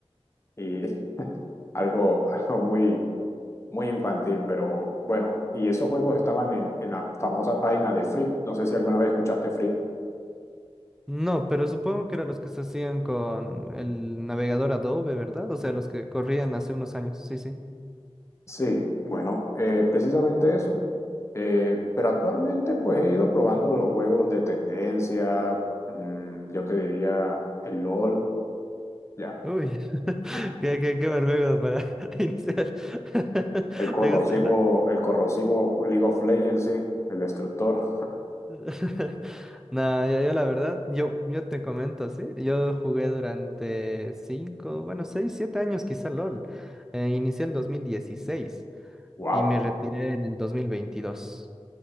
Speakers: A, on the left (about 25°); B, in the centre.
A: y <laughs> algo, algo muy muy infantil, pero bueno, y esos juegos estaban en, en la famosa página de Free. No sé si alguna vez escuchaste Free.
B: No, pero supongo que eran los que se hacían con el navegador Adobe, ¿verdad? O sea, los que corrían hace unos años. Sí, sí.
A: Sí, bueno, eh, precisamente eso. Eh, pero actualmente pues he ido probando los juegos de tendencia, mm, yo te diría el LOL, ya,
B: Uy, <laughs>
A: Ah,
B: qué, qué, qué buen juego para <laughs> iniciar. <laughs>
A: el corrosivo,
B: ¿Te gusta el LoL?
A: el corrosivo League of Legends, sí, el destructor.
B: <laughs> No, yo, yo la verdad, yo, yo te comento así, yo jugué durante cinco, bueno, seis, siete años quizá LOL. Eh, inicié en 2016
A: Wow,
B: y me retiré en el 2022.